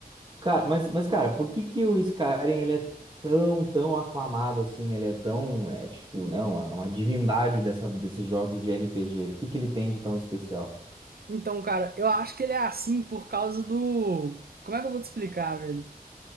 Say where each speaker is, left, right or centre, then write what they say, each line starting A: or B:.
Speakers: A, on the right (about 30°); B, on the right (about 75°).
A: Cara, mas mas cara, por que que o Skyrim ele é tão tão aclamado assim? Ele é tão é tipo, né, uma, uma divindade dessa desses jogos de RPG. O que que ele tem de tão especial?
B: Então, cara, eu acho que ele é assim por causa do. Como é que eu vou te explicar, velho?